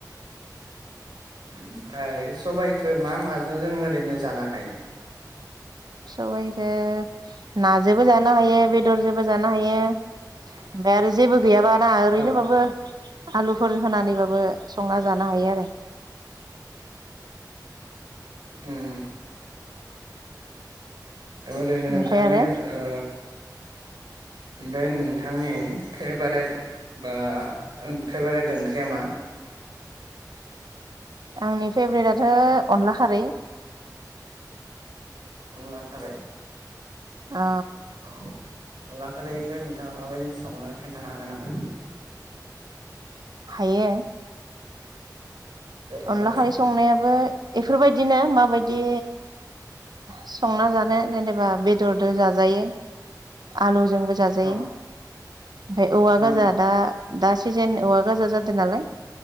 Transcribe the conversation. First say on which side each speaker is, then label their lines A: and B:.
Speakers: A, on the right; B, on the right.
A: ओमफाय सबायाइखो मा माजों जों ओरैनो जानो हायो।
B: सबाइखो नाजों जोबो जानो हायो बेदर जोबो जानो हायो फाय आरो जेबो गैयाबा ना ओरैनोबाबो
A: औ
B: आलुफोर होनानैबाबो संना जानो हायो आरो
A: उम ओरैनो नोंथांनि
B: ओमफ्राय आरो
A: ओ बे नोंथांनि फेभारेट बा फेभारेट ओंख्रिया मा?
B: आंनि फेभ्रेटथ' अनला खारै <inaudible>
A: अनला खारै
B: अ
A: औ अनला खारैखो नोंथाङ माबायदि सङो खिथानो हागोन नामा?
B: हायो।
A: दे खोन्थालाय
B: अनला खारै संनायाबो बेफोरबायदिनो माबायदि संना जानो जेनेबा बेदरदो जाजायो आलु जोंबो जाजायो
A: औ
B: ओमफाय औवा
A: उम
B: गाजा दा दा सिजेन औवा गाजा जादो नालाय